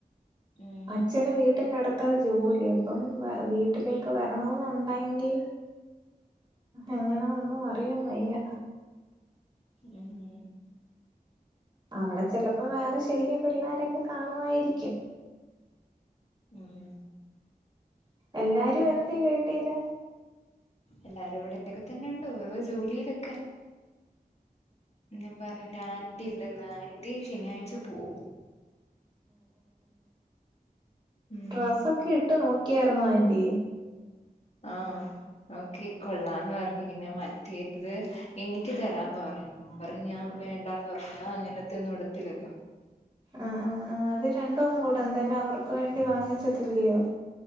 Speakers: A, on the left (about 45°); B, on the right (about 30°).
A: ഉം
B: അച്ഛന് വീട്ടിന്റെ അടുത്ത് ഇ ജോലി അപ്പം വീട്ടിലേക്ക് വരണമെന്നണ്ട് ങ്കിൽ എങ്ങനെ ഒന്നും അറിയ വയ്യ
A: ഉം
B: അവിടെ ചിലപ്പോം വേറെ ശരിക്കും പിള്ളോരൊക്കെ കാണുമായിരിക്കും
A: ഉം
B: എല്ലാരും എന്ത് വീട്ടില്
A: എല്ലാരും ഇവിടോക്കെ തന്നെ ഉണ്ടോ ഓരോ ജോലിയിലൊക്കെ ഞാൻ പറഞ്ഞ ആന്റി ഉണ്ടെന്ന ആന്റി ശനിയാഴ്ച പോവും. ഉം
B: ഡ്രസ്സ ഒക്കെ ഇട്ട് നോക്കിയായിരുന്നോ ആൻ്റി
A: ആഹ ഓക്കെ കൊള്ളാന്ന് പറഞ്ഞഞ് പിന്നെ മറ്റേത് എനിക്ക് തരാന്ന് പറ പറ ഞാൻ വേണ്ടന്ന് പറഞ്ഞ അങ്ങനത്തെ ഒന്നും വിടുത്തില്ലല്ലോ
B: ആ അത് രണ്ടും കൂടെ എന്തായാലും അവർക്ക് വേണ്ടി വാങ്ങിച്ചതില്ലയോ